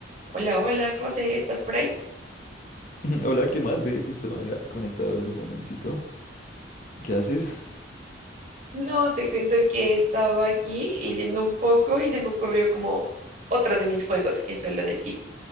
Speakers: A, on the right (about 40°); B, on the left (about 45°).
A: Hola, hola, José, ¿estás por ahí?
B: <laughs> Hola, ¿qué más? Ve, justo me había conectado hace un momentico. ¿Qué haces?
A: No, te cuento que estaba aquí leyendo un poco y se me ocurrió como otro de mis juegos que suelo decir,